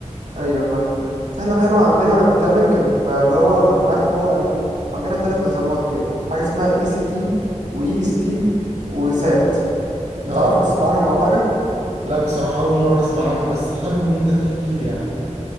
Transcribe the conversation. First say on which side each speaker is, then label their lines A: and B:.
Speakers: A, on the right; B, on the right.
A: ايوه فاهمك بس احنا الحلو عندنا انا كنت امريكان فاللي هو كنا عارف هو إن عندنا ثلاث نظامات كده حاجه اسمها اي سي تي واي اس تي وسات بتعرفوا
B: اه
A: بتسمع عنهم او حاجه
B: لا بصراحه اول مره اسمع عنهم بس حابب ان انت تحكي لي يعني